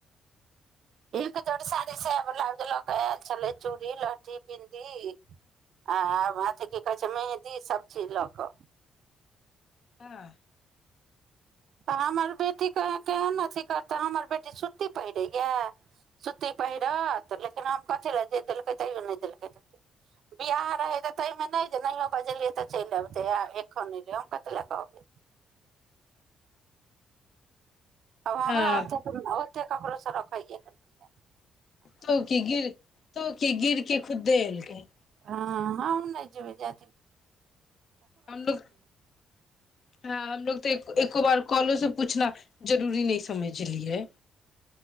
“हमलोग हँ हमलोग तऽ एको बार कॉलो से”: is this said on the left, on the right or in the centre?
Left